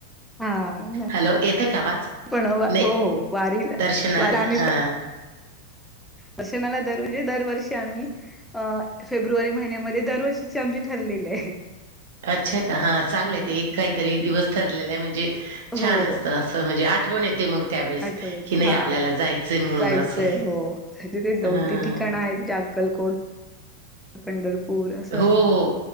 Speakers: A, in the centre; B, on the right.
A: हा नाही
B: हॅलो येतय का आवाज
A: पण हो
B: नाही
A: हो वारीला
B: दर्शनाला
A: वारा आम्ही
B: हा
A: दर्शनाला दर म्हणजे दरवर्षी आम्ही अ फेब्रुवारी महिन्यामध्ये दरवर्षी च आमचे ठरलेले आहे
B: अच्छा का हां चांगलंय
A: हम्म
B: ते एक काहीतरी दिवस ठरलेला आहे म्हणजे
A: हो
B: छान असत असं म्हणजे आठवण येते मग त्यावेेळेस
A: आठवड्यात
B: कि नाही
A: हा
B: आपल्याला जायचंय म्हणून
A: जायचंय
B: असं
A: हो. तिथे दोन
B: हां
A: तीन ठिकाणं आहे ति अक्कलकोट प पंढरपूर आहे
B: हो हो